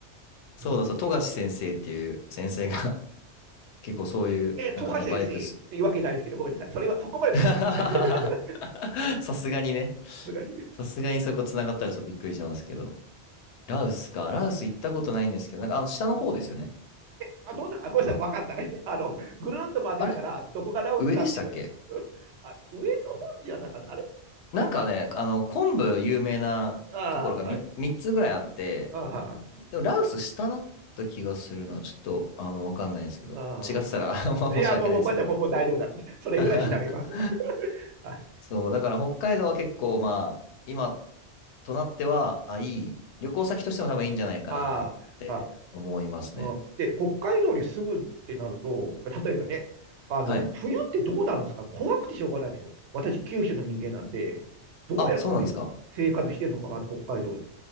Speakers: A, on the left; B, on the right.
A: そうだ、
B: うん
A: そう、富樫先生っていう先生が <laughs> 結構そういう、
B: えー、
A: なんかね、
B: 溶かしてですしっていうわけないですけど、
A: バイク好き。
B: ごめんなさい。それはそこまでつながらないです。
A: <laughs> さすがにね。
B: <laughs> さすがに。
A: さすがにそこ繋がったらちょっとびっくりしますけど。ラウスか。ラウス行ったことないんですけど、なんかあの下の方ですよね。
B: あ、どうだか、ごめんなさい、わかんない。あの、ぐるっと回ってんだから、
A: あれ
B: どこが直すかっていうのを、
A: 上でしたっけ
B: あ、上の方じゃなかった。あれあれ
A: なんかね、あの、昆布有名なところが
B: ああ、
A: 3,
B: はい。
A: 三つぐらいあって、
B: ああ、はい。
A: でもラウス下だった気がするな。ちょっと、あの、わかんないですけど。
B: あ
A: 違ってたら <laughs> 申し訳ないですけど。
B: あ。いや、もう、ごめんなさい、もう大丈夫だ。それぐらい調べますわ。
A: <laughs>
B: はい。
A: そう、
B: うん。
A: だから北海道は結構まあ、今となっては、あ、いい。旅行先としても多分いいんじゃないかなって思いますね。
B: あ。ああ。あうん、で、北海道に住むってなると、例えばね、あの冬ってどうなるんですか怖くてしょうがないですよ。
A: はい。
B: 私、九州の人間なんで、どうやって生活してんのかなって、
A: あ、そうなんですか。
B: 北海道、